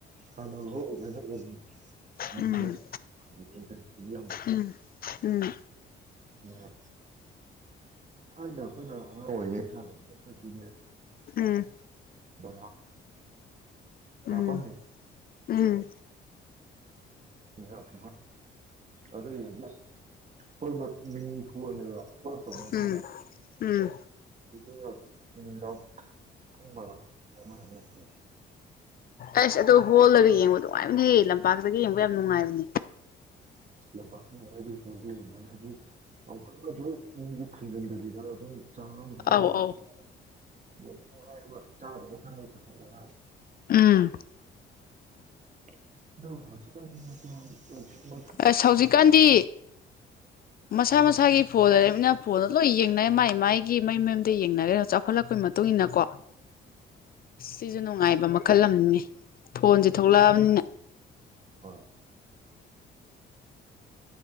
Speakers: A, on the right (about 35°); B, on the left (about 50°).
A: ꯍꯗꯣ ꯍ ꯀꯗ ꯎꯝ
B: ꯎꯝ
A: ꯏ
B: ꯎꯝ ꯎꯝ
A: ꯌꯥ ꯑ ꯊꯥꯏꯅ ꯑꯩꯈꯣꯏꯅꯉ ꯑꯣꯏꯉ ꯇ꯭ꯔ ꯐꯁꯤꯕꯨ
B: ꯎꯝ
A: ꯗ
B: ꯎꯝ
A: ꯀꯄ
B: ꯎꯝ ꯎꯝ
A: ꯥꯛ ꯑꯗꯨꯏꯗꯤꯁ ꯍꯣꯏ ꯃꯤ ꯍꯣꯅꯦꯕ ꯍꯣ ꯇꯧꯕ ꯅꯠꯇꯦꯕ
B: ꯎꯝ ꯎꯝ
A: ꯑꯗꯨꯅ ꯖꯡ ꯀꯨꯝꯕꯗ <inaudible>
B: ꯑꯁ ꯑꯗꯨꯣ ꯍꯣꯜꯂꯒ ꯌꯦꯡꯕ ꯑꯗꯨꯉꯥꯏꯅꯩꯌꯦ ꯂꯝꯄꯥꯛꯇꯒ ꯌꯦꯡꯕ ꯌꯥꯝ ꯅꯨꯡꯉꯥꯏꯕꯅꯦ
A: ꯂꯝꯄꯥꯛꯇ ꯍꯥꯏ ꯈꯗꯅ ꯍꯥꯏꯁꯨ ꯌꯥꯝ ꯀꯟꯅ ꯑꯗꯨ
B: ꯑꯧ ꯑꯧ
A: ꯌꯒꯤ ꯐꯟꯖꯤꯟꯕꯤꯗ ꯑꯗꯨꯝ ꯥꯡ ꯦꯇꯔ
B: ꯎꯝ
A: ꯍꯥꯏꯔ ꯆꯥꯗꯕ ꯈꯔ ꯑꯣꯏꯂ ꯍꯧꯁꯤ
B: ꯑꯁ ꯍꯧꯖꯤꯛꯀꯥꯟꯗꯤ ꯃꯁꯥ ꯃꯁꯥꯒꯤ ꯐꯣꯟ ꯂꯩꯔꯃꯤꯅ ꯐꯣꯟꯗ ꯂꯣꯏ ꯌꯦꯡꯅꯔ ꯃꯥꯏ ꯃꯥꯏꯒꯤ ꯃꯩ ꯃꯌꯨꯝꯗ ꯌꯦꯡꯅꯔꯦꯅ ꯆꯥꯎꯈꯠꯂꯛꯄꯒꯤ ꯃꯇꯨꯡ ꯏꯟꯅ ꯀꯣ ꯁꯤꯁꯨ ꯅꯨꯡꯉꯥꯏꯕ ꯈꯜꯂꯝꯉ ꯐꯣꯟꯁꯦ
A: ꯎꯝ
B: ꯊꯣꯛꯂꯛꯑꯕꯅꯤꯅ
A: ꯍꯣꯏ